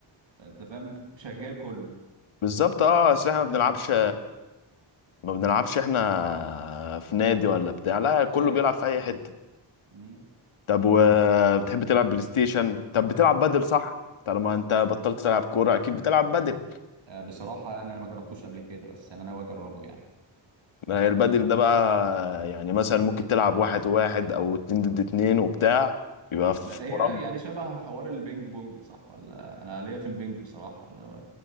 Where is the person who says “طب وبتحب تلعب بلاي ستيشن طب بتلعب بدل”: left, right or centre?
Left